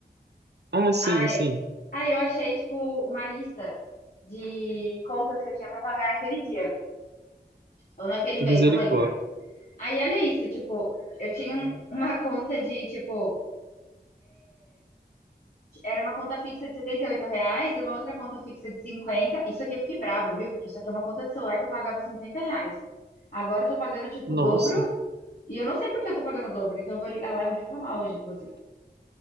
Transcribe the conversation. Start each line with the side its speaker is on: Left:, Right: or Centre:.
Right: Ah, sim,
Left: Ai,
Right: sim.
Left: ai, eu achei, tipo, uma lista de contas que eu tinha pra pagar naquele dia, ou naquele mês,
Right: Misericórdia.
Left: não lembro. Aí, olha isso, tipo, eu tinha um- uma <laughs> conta de, tipo, era uma conta fixa de 78 reais, uma outra conta fixa de 50. Isso aqui eu fiquei brava, viu? Porque isso aqui é uma conta de celular que eu pagava cinquenta reais. Agora eu tô pagando, tipo,
Right: Nossa.
Left: o dobro, e eu não sei por que eu tô pagando o dobro, então eu vou ligar lá e vou reclamar hoje, inclusive.